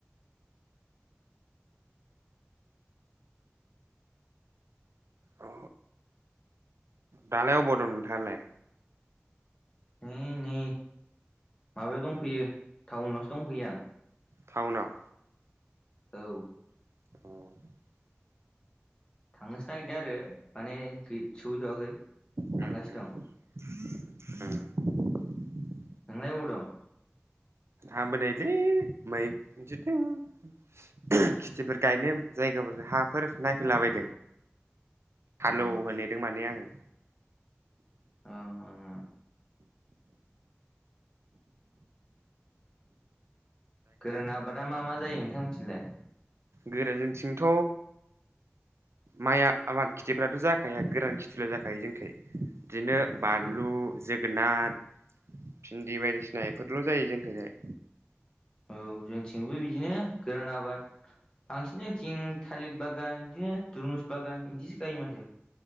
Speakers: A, on the right; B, on the left.
A: अ दालाय अबाव दं नोंथाङालाय?
B: उ नै माबायाव दंफैयो टाउनावसो दंफैयो आं।
A: टाउनाव
B: औ
A: औ
B: थांनोसो नागिरदों आरो माने <unintelligible> सहैथ'वाखै
A: उम
B: थांगासिनो
A: उम
B: दं।
A: उम
B: नोंलाय अबाव दं?
A: आंबो नैलै <unintelligible> खिथिफोर गायनो जायगा गोबोर हाफोर नायफैलाबायदों हालेवहोनो
B: अ ओं
A: नेदों माने आङो।
B: ओं ओं ओं गोरान आबादा मा मा जायो नोंथां मोनथिंलाय?
A: गोराजोंथिंथ' माइआ आबाद खेथिफ्राथ' जाखाया गोरान खेथिल' जाखायो जोंखाय बिदिनो बानलु
B: औ
A: <unintelligible> जोगोनार, भिन्दि बायदिसिना बेफोरल' जायो जोंखैहाय।
B: औ जोंथिंबो बिदिनो गोरान आबाद बांसिन जोंथिं थालिर बागान बिदिनो दुरमुस बागान बिदिसो गायो माथो।